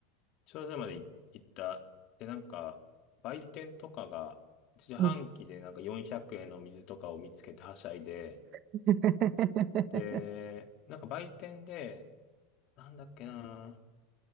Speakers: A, on the left; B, on the right.
A: 頂上までい行った。で、なんか、売店とかが、自販機でなんか400円の水とかを見つけてはしゃいで、
B: うん。<laughs>
A: で、なんか売店で、なんだっけな